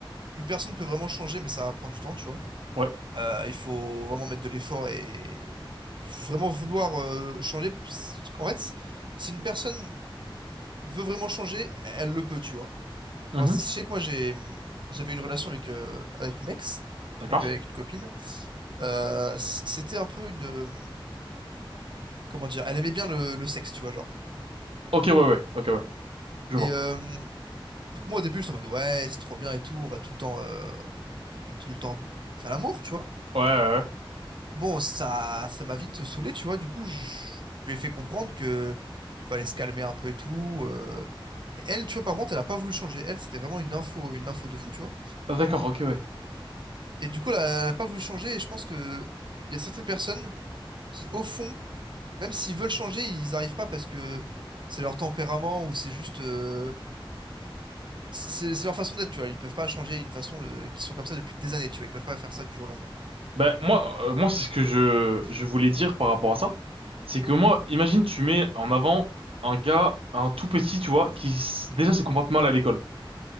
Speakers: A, on the right (about 55°); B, on the right (about 85°).
A: une personne peut vraiment changer, mais ça va prendre du temps, tu vois.
B: Ouais.
A: Euh, il faut vraiment mettre de l'effort et faut vraiment vouloir euh, changer. en fait, si une personne veut vraiment changer, elle le peut, tu vois.
B: Mhm.
A: Alors, je sais que moi, j'ai j'avais une relation avec euh, avec une ex,
B: D'accord.
A: avec, avec une copine. Euh, c'était un peu une euh, comment dire, elle aimait bien le, le sexe, tu vois, genre.
B: Ok, ouais, ouais, ok, ouais, je
A: Et
B: vois.
A: euh, donc moi, au début, j'étais en mode ouais, c'est trop bien et tout, on va tout le temps, euh, on va tout le temps faire l'amour, tu vois.
B: Ouais, ouais, ouais.
A: Bon, ça, ça m'a vite saoulé, tu vois. Du coup, je, je lui ai fait comprendre que fallait se calmer un peu et tout. euh. Et elle, tu vois, par contre, elle a pas voulu changer. Elle, c'était vraiment une info, une info de fou, tu vois.
B: Ah, D'accord, ok, ouais.
A: Et du coup, elle a, elle a pas voulu changer. Et je pense que il y a certaines personnes qui, au fond, même s'ils veulent changer, ils arrivent pas parce que c'est leur tempérament ou c'est juste, euh, c'est c'est- c'est leur façon d'être, tu vois. Ils peuvent pas changer une façon euh, qu'ils sont comme ça depuis des années, tu vois. Ils peuvent pas faire ça du jour au lendemain, tu
B: Ben, moi, euh, moi, c'est ce que je, je voulais dire par rapport à ça. C'est que moi, imagine, tu mets en avant un gars, un tout petit, tu vois, qui s- déjà se comporte mal à l'école.